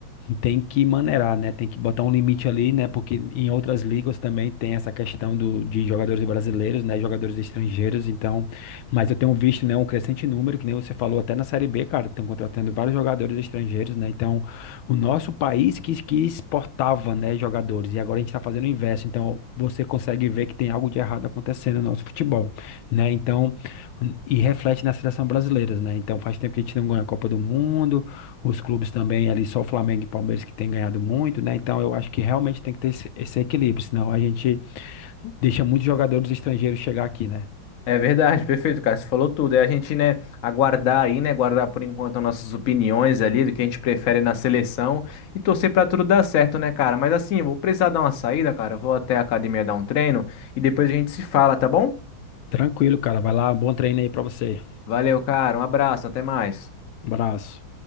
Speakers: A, on the left; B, on the left.
A: Tem que maneirar, né? Tem que botar um limite ali, né? Porque em outras ligas também tem essa questão do, de jogadores brasileiros, né? Jogadores estrangeiros, então. Mas eu tenho visto, né? Um crescente número, que nem você falou até na Série B, cara. Estão contratando vários jogadores estrangeiros, né? Então, o nosso país que, que exportava, né? Jogadores. E agora a gente está fazendo o inverso. Então, você consegue ver que tem algo de errado acontecendo no nosso futebol, né? Então, e reflete na seleção brasileira, né? Então, faz tempo que a gente não ganha a Copa do Mundo. Os clubes também ali, só o Flamengo e Palmeiras que têm ganhado muito, né? Então eu acho que realmente tem que ter esse, esse equilíbrio, senão a gente deixa muitos jogadores estrangeiros chegar aqui, né?
B: É verdade, <laughs> perfeito, cara, você falou tudo. É a gente, né, aguardar aí, né, guardar por enquanto as nossas opiniões ali do que a gente prefere na seleção e torcer pra tudo dar certo, né, cara? Mas assim, eu vou precisar dar uma saída, cara. Eu vou até a academia dar um treino e depois a gente se fala, tá bom?
A: Tranquilo, cara. Vai lá, um bom treino aí pra você.
B: Valeu, cara. Um abraço, até mais.
A: Um abraço.